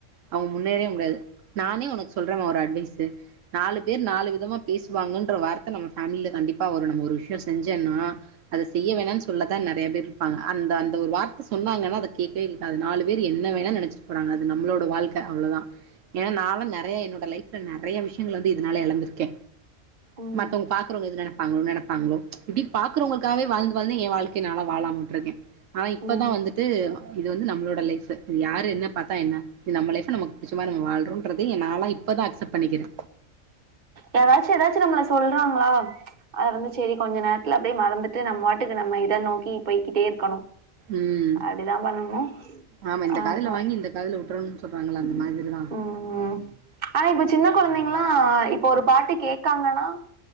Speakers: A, on the right; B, on the right.
A: அவங்க முன்னேறவே முடியாது. நானே உனக்கு சொல்றே ஒரு அட்வைஸ்சு, நாலு பேர் நாலு விதமா பேசுவாங்கன்ற வார்த்த நம்ம ஃபேமில கண்டிப்பா வரு நம்ம ஒரு விஷ்யோ செஞ்சம்ன்னா அத செய்ய வேணான் சொல்லத்தா நெறைய பேர் இருப்பாங்க அந்த அந்த ஒரு வார் த்த சொன்னாங்கனா அத கேக்கவே கேக்காத நாலு வேர் என்ன வேணா நெனச்சிட்டு போறாங்க அது நம்ளோட வாழ்க்க அவ்ளோ தா ஏனா நா வந் நெறைய என்னோட லைஃப்ல நெறைய விஷ்யங்கள் வந்து இதுனால எழந்திருக்கே
B: ம்
A: மத்தவங்க பாக்கறவங்க எது நெனப்பாங்கள் நெனப்பாங்களோ இப்டி பா க்கறவங்களுக்காவே வாழ்ந்து வாழ்ந்து எ வாழ்க்க நால்லா வாழாம விட்ருக்கே இப்ப
B: ம்
A: தா வந்துட்டு இது வந்து நம்ளோட லைஃப்பு இது யாரு என்ன பாத்தா என்ன இது நம்ம லைஃப்பு நமக்கு புடிச்ச மாரி நம்ம வாழ்றோன்றதே ஏ நால்லா இப்ப தா அக்செப்ட் பண்ணிக்கிறே
B: யாராச்சு எதாச்சு நம்மள சொல்றாங்ளா அத வந்து செரி கொஞ்ச நேரத்துல அப்டியே மறந்துட்டு நம் வாட்டுக்கு நம்ம இத நோக்கி போய்கிட்டேருக்கணு.
A: ம்
B: அப்டி தா பண்ணனு
A: ஆமா இந்த
B: ஆ,
A: காதுல
B: ஆ
A: வாங்கி இந்த காதுல விட்றணும்னு சொல்றாங்கல்ல
B: உம்,
A: அந்த மாதிரிதா
B: உம் ஆனா இப்ப சின்ன கொழந்தைங் கலா இப் ப ஒரு பாட்டு கேக்காங்கனா